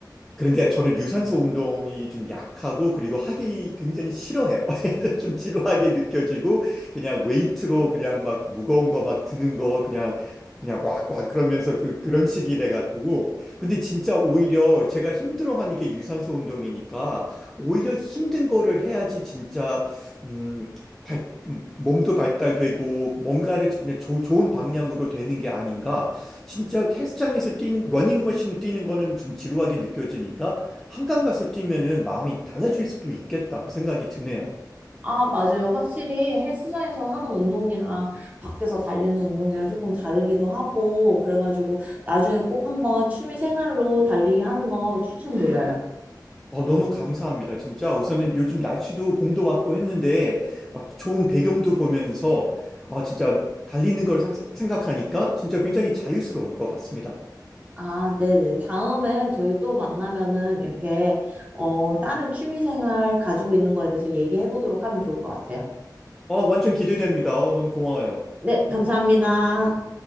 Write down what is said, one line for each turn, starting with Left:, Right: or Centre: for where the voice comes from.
Centre: 그런데 저는 유산소 운동이 좀 약하고 그리고 하기 굉장히 싫어해요. <laughs> 좀 지루하게 느껴지고 그냥 웨이트로 그냥 막 무거운 거 막 드는 거 그냥 그냥 꽉꽉 그러면서 그 그런 식이래 가지고 근데 진짜 오히려 제가 힘들어하는 게 유산소 운동이니까 오히려 힘든 거를 해야지 진짜 음 발, 몸도 발달되고 뭔가를 그냥 조- 좋은 방향으로 되는 게 아닌가 진짜 헬스장에서 뛴 러닝머신을 뛰는 거는 좀 지루하게 느껴지니까 한강 가서 뛰면은 마음이 달라질 수도 있겠다 그 생각이 드네요.
Right: 아, 맞아요. 확실히 헬스장에서 하는 운동이랑 밖에서 달리는 운동이랑 조금 다르기도 하고 그래가지고 나중에 꼭 한번 취미 생활로 달리기 하는 거 추천드려요.
Centre: 어, 너무 감사합니다. 진짜 우선은 요즘 날씨도 봄도 왔고 했는데 막 좋은 배경도 보면서 아 진짜 달리는 걸 상- 생각하니까 진짜 굉장히 자유스러울 것 같습니다.
Right: 아, 네네. 다음에 저희 또 만나면은 이렇게, 어, 다른 취미생활 가지고 있는 거에 대해서 얘기해 보도록 하면 좋을 것 같아요.
Centre: 어, 완전 기대됩니다. 어, 너무 고마워요.
Right: 네, 감사합니다.